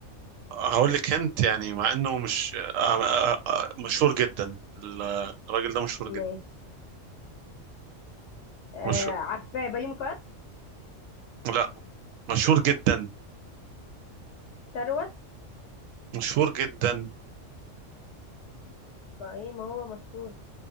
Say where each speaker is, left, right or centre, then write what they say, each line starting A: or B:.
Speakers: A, on the right; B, on the left.
A: هقول لك انت يعني مع انه مش آه آه آه مشهور جدا ال- الراجل ده مشهور جدا
B: ماشي آه
A: مشهور
B: عارفاه بيومي فؤاد
A: لا مشهور جدا
B: ثروت
A: مشهور جدا
B: ما ايه ما هو مشهور